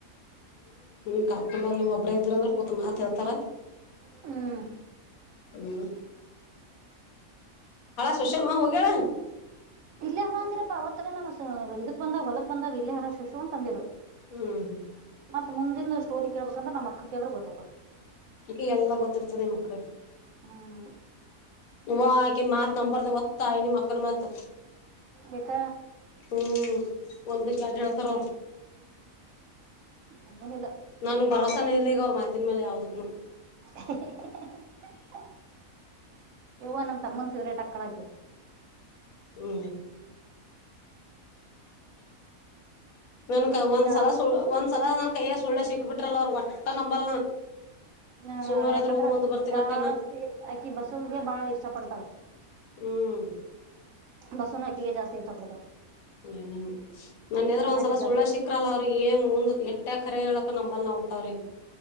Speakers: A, on the left; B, on the right.
A: <unintelligible> ಒಬ್ಬ್ರ ಇದ್ರಂದ್ರ ಕೂತ್ ಮಾತ್ ಹೇಳ್ತಾರೆ.
B: ಹ್ಮ್
A: ಹ್ಮ್. <inaudible> ಸೊಸೆ ಹೋಗಳ.
B: ಇಲ್ಲೇ ಹಣ ಅಂದಿರಪ್ಪಾ ಅವತ್ತರ ನಾನ ಇದಕ್ ಬಂದಾಗ ಹೊಲಕ್ ಬಂದಾಗ ಇಲ್ಲೇ ಹರ ಶುಶ್ ಅಂತ ತಂದ್ರು.
A: ಹ್ಮ್.
B: ಮತ್ತತ್ ಮುಂದಿನ ಸ್ಟೋರಿ ಕೇಳಬೇಕಂದ್ರ ನಮ್ಮ ಅಕ್ಕ ಕೇಳಿದ್ರ ಗೊತ್ತಾಗೋಗೋದು.
A: ಅ ಎಲ್ಲಾ ಗೊತ್ತಿರ್ತದೆ ಮಕ್ಕಾ.
B: ಹ್ಮ್.
A: ವ ಆಕೆ ಮತ್ ನಂಬರ್ದ ಅವ್ವ ನೀಮಕ್ಕನ ಮತ್.
B: ಯಾಕ
A: ಹ್ಮ್ ಒಂದಕ್ಕೆ ಅಡ್ ಹೇಳ್ತಾರ
B: ಹಾಗೇನಿಲ್ಲ.
A: ನನ್ಗ್ ಭರೋಸನಲಿಗ ಅವ್ರ ಮಾತಿನ ಮೇಲೆ ಯಾವುದಕ್ಕೂನು.
B: ಹ <unintelligible> ಯವ ನಮ ತಮ್ಮನ ಫೇವ್ರೇಟ್ ಅಕ್ಕಳಕ.
A: ಹೂ. ನನ್ಕ ಒಂದ್
B: ಜಾಸ್ತಿ
A: ಸಲ ಸ ಒಂದ್ಸಲ. ಕೈಯ ಸುಳ್ಳ ಸಿಕ್ ಬಿಟ್ರಲ್ಲ ಅವ್ರ ಒಟ್ಟ ನಂಬಲ್ ನಾ.
B: ಹ
A: ಸುಮ್ನರ
B: ಯಾಕಂದ್ರೆ
A: ಆದ್ರ ಹೂ ಒಂದ್ ಬರ್ತೀನಿ
B: ಜಾಸ್ತಿ
A: ಅಟ್ಟೇನ
B: ಆಕಿ ಬಸೋದಗೆ ಬಾಳ ಇಷ್ಟ ಪಡ್ತಾಳ.
A: ಹ್ಮ್.
B: ಬಸೋ ನಟಿಗೆ ಜಸ್ತಿ ಇಷ್ಟ ಪಡ್ತ
A: ಇಲ್ಲ ನನ್ ನನ್ನ ಎದ್ರ
B: ಸಣ್ಣಾಗಿದ್ದಾಗ
A: ಒಂದ್ಸಲ ಸುಳ್ಳ ಸಿಕ್ಕ್ರಲ್ಲ ಅವ್ರ ಏನ್ ಮುಂದ್ ಕರೆ ಹೇಳಕ ನಂಬಲ್ ನವುಟ್ಟವ್ರೀ